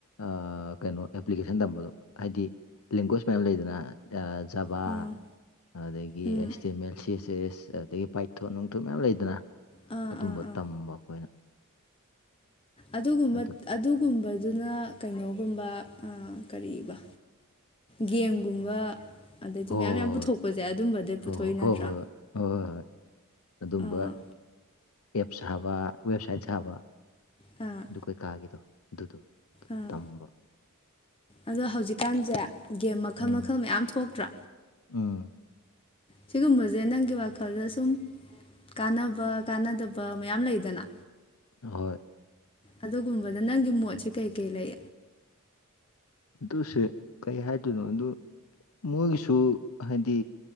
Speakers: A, on the left (about 75°); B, on the left (about 25°).
A: ꯑꯥ ꯀꯩꯅꯣ ꯑꯦꯄ꯭ꯂꯤꯀꯦꯁꯟ ꯇꯝꯕꯗꯣ ꯍꯥꯏꯗꯤ ꯂꯦꯡꯀ꯭ꯋꯦꯁ ꯃꯌꯥꯝ ꯂꯩꯗꯅ ꯑꯥ ꯖꯕꯥ
B: ꯎꯝ
A: ꯑꯗꯒꯤ
B: ꯎꯝ
A: ꯑꯦꯁꯇꯦꯃꯦꯜ ꯁꯤꯁ ꯑꯦꯁ ꯑꯗꯒꯤ ꯄꯥꯏꯊꯣꯟꯠ ꯅꯨꯡꯊꯣꯟ ꯃꯌꯥꯝ ꯂꯩꯗꯅ
B: ꯑꯥ
A: ꯑꯗꯨꯝꯕ
B: ꯑꯥ ꯑꯥ
A: ꯇꯝꯕ ꯑꯩꯈꯣꯏꯅ
B: ꯑꯗꯨꯒꯨꯝꯕ
A: ꯑꯗꯨꯒꯤ
B: ꯑꯗꯨꯒꯨꯝꯕꯗꯨꯅ ꯀꯩꯅꯣꯒꯨꯝꯕ ꯑꯥ ꯀꯔꯤꯕ ꯒꯦꯝꯒꯨꯝꯕ ꯑꯗꯩꯗꯤ
A: ꯍꯣꯏ
B: ꯃꯌꯥꯝ ꯌꯥꯝ ꯄꯨꯊꯣꯛꯄꯁꯦ ꯑꯗꯨꯝꯕꯗꯩ
A: ꯍꯣꯏ
B: ꯄꯨꯊꯣꯛꯏ
A: ꯍꯣꯏ
B: ꯅꯠꯇ꯭ꯔꯥ
A: ꯍꯣꯏ ꯍꯣꯏ ꯍꯣꯏ ꯍꯣꯏ ꯍꯣꯏ ꯍꯣꯏ ꯍꯣꯏ ꯍꯣꯏ ꯑꯗꯨꯝꯕ
B: ꯑꯥ
A: ꯑꯦꯞ ꯁꯥꯕ ꯋꯦꯕꯁꯥꯏꯠ ꯁꯥꯕ
B: ꯑꯥ
A: ꯑꯗꯨ ꯀꯩꯀꯥꯒꯤꯗꯣ ꯑꯗꯨꯗꯣ
B: ꯑꯥ
A: ꯇꯝꯕ
B: ꯑꯗꯣ ꯍꯧꯖꯤꯛꯀꯥꯟꯁꯦ ꯒꯦꯝ ꯃꯈꯜ
A: ꯎꯝ
B: ꯃꯈꯜ ꯃꯌꯥꯝ ꯊꯣꯛꯇ꯭ꯔꯥ
A: ꯎꯝ
B: ꯁꯤꯒꯨꯝꯕꯁꯦ ꯅꯪꯒꯤ ꯋꯥꯈꯜꯗ ꯁꯨꯝ ꯀꯥꯟꯅꯕ ꯀꯥꯟꯅꯗꯕ ꯃꯌꯥꯝ ꯂꯩꯗꯅ
A: ꯍꯣꯏ
B: ꯑꯗꯨꯒꯨꯝꯕꯗ ꯅꯪꯒꯤ ꯃꯣꯠꯁꯦ ꯀꯩꯀꯩ ꯂꯩ
A: ꯗꯨꯁꯦ ꯀꯩ ꯍꯥꯏꯗꯣꯏꯅꯣ ꯑꯗꯨ ꯃꯣꯏꯒꯤꯁꯨ ꯍꯥꯏꯗꯤ